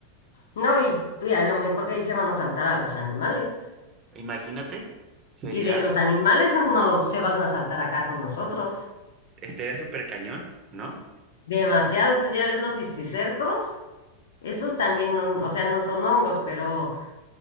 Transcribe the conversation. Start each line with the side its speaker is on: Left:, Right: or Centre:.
Left: No, y, y a lo mejor de ahí se van a saltar a los animales.
Right: Imagínate, sería,
Left: Y de los animales no los, se van a saltar acá con nosotros.
Right: estaría súper cañón, ¿no?
Left: Demasiado, pues ya ves los cisticercos. Esos también, no- o sea, no son hongos, pero